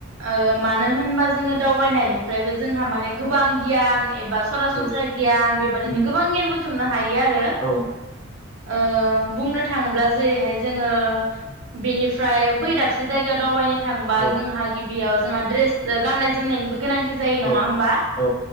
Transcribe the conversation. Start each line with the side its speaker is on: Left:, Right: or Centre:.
Right: ओ मानो होनबा जोङो दावबायनायनिफ्रायबो जोंहा माने गोबां गियान एबा सरासनस्राय
Left: औ
Right: गियान बेफ फोरबायदिनो
Left: उम
Right: गोबां गियान बुथुमनो हायो आरो
Left: औ
Right: ओ ओ बुंनो थाङोब्ला जेरैहाय जोङो बेनिफ्राय बै दाबसे जायगायाव दावबायनो थांबा
Left: औ
Right: जोंहा गिबियाव जोंहा ड्रेस ओ गाननाय जोमनायनिबो गोनांथि जायो नङा
Left: औ
Right: होमबा
Left: औ